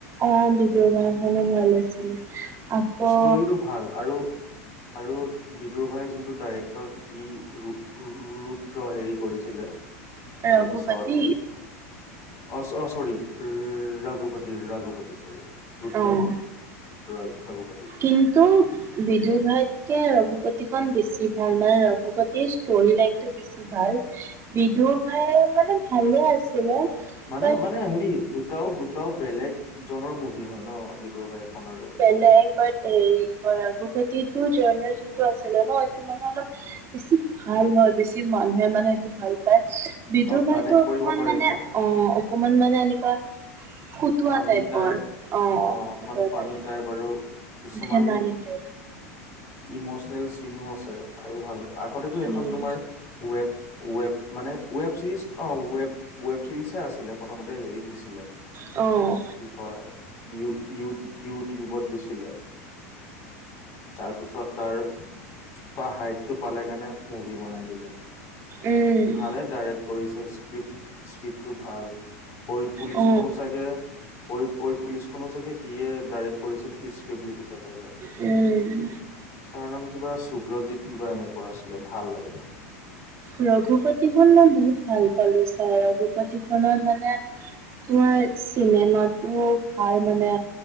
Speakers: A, on the right; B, on the left.
A: অঁ বিদুৰ ভাই খনো ভাল আছিলে। আকৌ
B: ষ্টৰিটো ভাল আৰু আৰু বিদুৰ ভাইৰ যোনটো ডাইৰেক্টৰ সি ৰো ৰো ৰুদ্ৰ হেৰি কৰিছিলে তাৰপিছত
A: ৰঘুপতি
B: অ ছ অ চৰি উ ৰঘুপতি ৰাঘুপতি। টি চৰি ৰুদ্ৰ
A: অ'
B: নহয় ৰঘ ৰঘুপতি।
A: কিন্তু! বিদুৰ ভাইতকে ৰঘুপতি খন বেছি ভাল মানে ৰঘুপতিৰ ষ্টৰি লাইক টো বেছ ছি ভাল বিদুৰ ভাই মানে ভালে আছিলে।
B: মানে
A: বাট
B: মানে হেৰি দুটাও দুটাও বেলেগ জনৰ মুভি হয় ন বিদুৰভাই খন আৰু
A: বেলে হয় ৰঘুপততো জৰনৰ যোনটো আছিলে ন এইটো মানে অলপ বেলেগ বেছি ভাল হয় বেছি মানুহে মানে সেইটো ভাল পায়। বিদুৰ
B: অ
A: ভাইতো
B: কানেক্ট
A: অকমান
B: কৰিব পাৰিছে
A: মানে অ অকমান মানে এনেকুৱা খুতোৱা
B: ফানী
A: টাইপৰ
B: টাইপ
A: অ অঁ অঁ
B: অকমান
A: ক
B: ফানী
A: তাইক
B: টাইপ আৰু কিছুমান
A: ধেমালিতে
B: ইমচনেল চিনো আছে চাইও ভাল আগতেতো এখন
A: উম
B: তোমাৰ ৱেব ৱেব মানে ৱেব চিৰিছ অ ৱেব ৱেব চিৰিছে আছিলে প্ৰথমতে হেৰিত দিছিলে
A: অঁ!
B: কি কই ইউ ইউট ইউটিউবত দিছিলে। তাৰ পিছত তাৰ তাৰ হাইপ টো পালে কাৰণে মুভি বনাই দিলে।
A: উম
B: ভালে ডাইৰেক্ট কৰিছে স্ক্ৰিপট স্ক্ৰিপ্টটো ভাল। ঐ পুলিচখনো
A: অ',
B: চাগে। ঐ ঐ পুলিচখনো চাগে সিয়ে ডাইৰেক্ট কৰিছে নেকি স্ক্ৰিপ্ট লিখিছে চাগে।
A: উম।
B: তাৰ নাম কিবা সুভ্ৰজিত কিবা এনেকুৱা আছিলে ভাল লাগে।
A: ৰঘুপতিখন মই বহুত ভাল পালো ছাই, ৰঘুপতিখনত মানে তোমাৰ চিনেমাটো ভাল মানে।